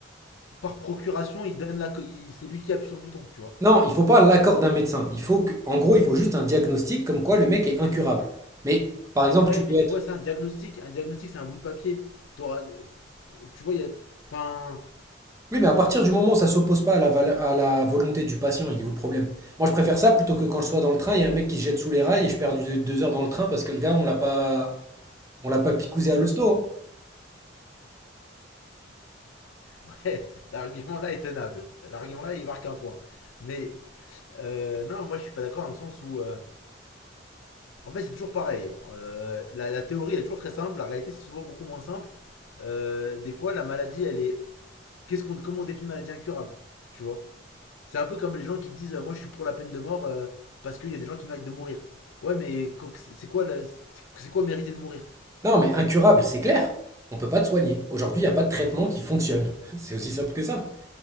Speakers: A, on the left; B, on the right.
A: par procuration, il donne la, il- c'est lui qui appuie sur le bouton, tu vois.
B: Non, il faut pas l'accord d'un médecin. Il faut que, en gros, il faut juste un diagnostic comme quoi le mec est incurable. Mais, par exemple,
A: Ouais,
B: tu peux
A: mais
B: être.
A: tu vois, c'est un diagnostic. Un diagnostic, c'est un bout de papier. T'auras- tu vois, il y a, enfin.
B: Oui, mais à partir du moment où ça s'oppose pas à la, vale- à la volonté du patient, il est où le problème? Moi, je préfère ça plutôt que quand je sois dans le train, il y a un mec qui se jette sous les rails et je perds du- deux heures dans le train parce que le gars, on l'a pas, on l'a pas picousé à l'hosto. hein.
A: Ouais, <laughs> l'argument-là est tenable. L'argument-là, il marque un point. Mais euh, non, moi, je suis pas d'accord dans le sens où. euh, en fait, c'est toujours pareil. Euh, la, la théorie elle est toujours très simple. La réalité, c'est souvent beaucoup moins simple. Euh, des fois, la maladie, elle est. Qu'est-ce qu'on, comment on définit maladie incurable Tu vois C'est un peu comme les gens qui disent euh, Moi, je suis pour la peine de mort euh, parce qu'il y a des gens qui méritent de mourir. Ouais, mais co- c'est quoi, la- c'est- c'est quoi mériter de mourir
B: Non, mais incurable, c'est clair. On peut pas te soigner. Aujourd'hui, il n'y a pas de traitement qui fonctionne. <laughs> C'est aussi simple que ça.